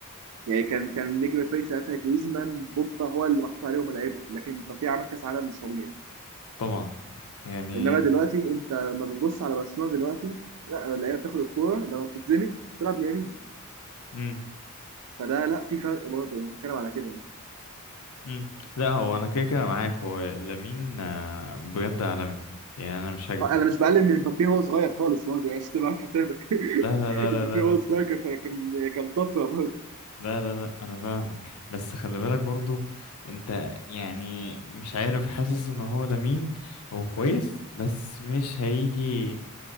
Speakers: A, on the right; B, on the left.
A: يعني كان كان نجم الفريق ساعتها جريزمان بوجبا هو اللي محطوط عليهم العبء لكن بافيه عمل كاس عالم مش طبيعي
B: طبعا يعني
A: انما دلوقتي انت لما بتبص على برشلونه دلوقتي لا اللعيبه بتاخد الكوره لما بتتزنق تلعب ليمين
B: امم
A: فده لا في فرق برضه يعني بتكلم على كده يعني
B: امم لا هو انا كده كده معاك هو لامين آه، بجد عالمي يعني انا مش هكدب
A: آه، انا مش بقلل من مبابي هو صغير خالص برضه يعني عشان تبقى عامل حسابك
B: لا
A: <laughs>
B: لا لا
A: مبابي
B: لا
A: هو
B: لا
A: صغير كان كان كان طفره برضه
B: لا لا لا لا انا فاهمك بس خلي بالك برضو انت يعني مش عارف حاسس ان هو لامين هو كويس بس مش هيجي